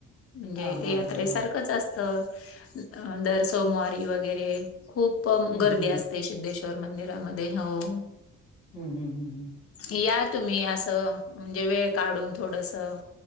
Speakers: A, on the left; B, on the left.
A: म्हणजे
B: हा हा
A: यात्रेसारखंच
B: हा हा
A: अस त. अ-दर सोमवारी वगैरे खूपम
B: हम्म
A: गर्दी
B: हम्म
A: अस ते सिद्धेश्वर मंदिरामध्ये, हो.
B: हम्म हम्म हम्म हम्म.
A: या तुम्ही असं म्हणजे वेळ काढून थोडसं